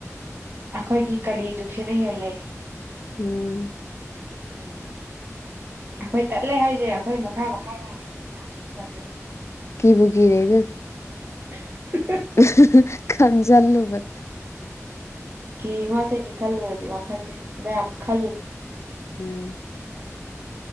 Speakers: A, on the right; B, on the left.
A: ꯑꯩꯈꯣꯏꯒꯤ ꯀꯥꯂꯤ ꯖꯨꯛꯁꯤꯅ ꯍꯦꯜꯂꯦ
B: ꯎꯝ
A: ꯎꯝ ꯑꯩꯈꯣꯏ ꯇꯠꯂꯦ ꯍꯥꯏꯁꯦ ꯑꯩꯈꯣꯏ ꯃꯈꯥ ꯃꯈꯥ ꯇꯥꯕꯁꯤꯡꯁꯤꯅ ꯑꯃꯨꯛ ꯍꯦꯟ ꯇꯟꯗꯣꯏꯅꯤ
B: ꯀꯤꯕꯨ ꯀꯤꯔꯦ ꯏꯕꯦꯝ
A: ꯍ <unintelligible>
B: <unintelligible> ꯈꯟꯖꯜꯂꯣꯕ
A: ꯀꯤꯉꯣ ꯑꯁꯦꯡꯀꯤ ꯈꯜꯂꯨꯔꯗꯤ ꯋꯥꯈꯟꯁꯦ ꯃꯌꯥꯝ ꯈꯜꯂꯨꯅꯨ
B: ꯎꯝ